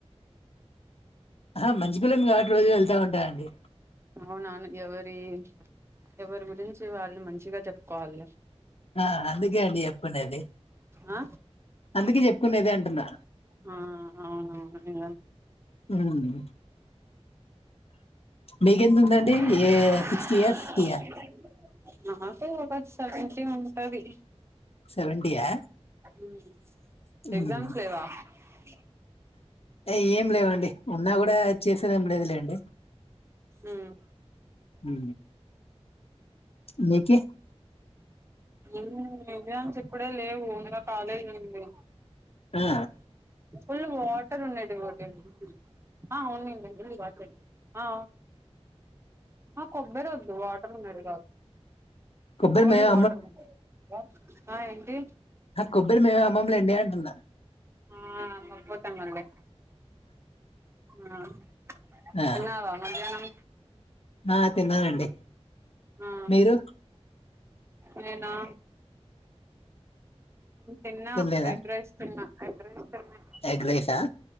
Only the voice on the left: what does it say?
ఆ హ మంచి పిల్లోడిని కాబట్టి రోజు వె ళ్తా ఉంట అండి
ఆ అందుకే అండి చెప్పుకునేది
అందుకే చెప్ప కునేది అంటున్నా
హ్మ్ మీకెంత ఉందండి
ఏ సిక్స్టీయా ఫిఫ్టీయా
సెవెంటీయా
హ్మ్
ఏం లేవండి ఉన్నా కూడా చేసేదేం లేదులేండి
ఉ మీకీ
ఆ
కొబ్బరి
మేమే
ఆ కొబ్బరి మేము ఏం అమ్మమ్ లేండి అంటున్నా
ఆ
ఆ తిన్నానండి
మీరు
తినలేదా
ఎగ్ రైస్ ఆ